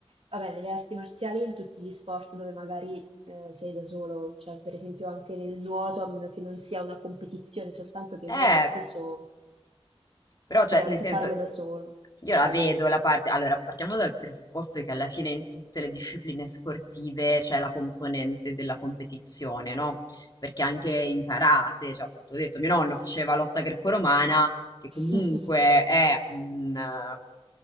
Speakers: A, on the right (about 65°); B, on the left (about 40°).
A: Vabbè, nelle arti marziali, in tutti gli sport dove magari eh, sei da solo, cioè per esempio anche nel nuoto, a meno che non sia una competizione, soltanto che il
B: Eh,
A: nuoto spesso
B: Però, cioè,
A: puoi anche
B: nel senso,
A: farlo da solo,
B: io la
A: te la
B: vedo
A: godi.
B: la parte. Allora, partiamo dal presupposto che alla fine in tutte le discipline sportive c'è la componente della competizione, no? Perché anche in karate, cioè, appunto, ho detto, mio nonno faceva lotta greco-romana, che comunque
A: <laughs>
B: è un, eh,